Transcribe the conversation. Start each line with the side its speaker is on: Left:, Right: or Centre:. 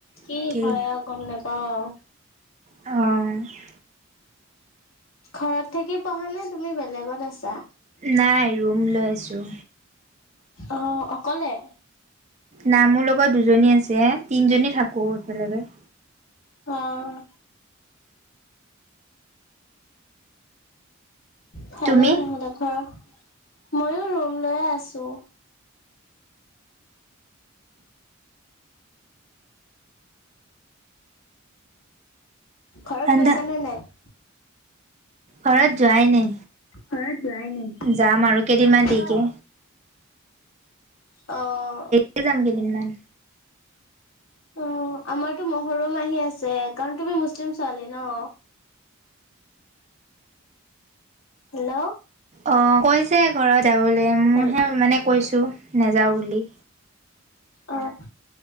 Left: কি
Right: একেই
Left: হয় আৰু গম নেপাওঁ আৰু।
Right: অ'।
Left: ঘৰত থাকি পঢ়ানে তুমি বেলেগত আছা?
Right: নাই ৰুম লৈ আছোঁ।
Left: অ' অকলে?
Right: নাই, মোৰ লগত দুজনী আছে, তিনিজনী থাকোঁ একেলগে।
Left: অ'। ভালেই
Right: তুমি
Left: ন'হলে <unintelligible> ময়ো ৰুম লৈয়ে আছোঁ। ঘৰত
Right: ঠাণ্ডা
Left: গৈছা নে নাই?
Right: ঘৰত যোৱাই নাই,
Left: ঘৰত যোৱাই নাই।
Right: যাম আৰু কেইদিনমান
Left: কিয়?
Right: দেৰিকে।
Left: অ'।
Right: কে যাম কেইদিনমান।
Left: অ' আমাৰতো মহৰম আহি আছে কাৰণ তুমিতো মুছলিম ছোৱালী ন'। হেল্ল'।
Right: অ' কৈছে ঘৰত যাবলৈ, মোৰহে
Left: হেল
Right: মানে কৈছোঁ নাযাওঁ বুলি।
Left: অ'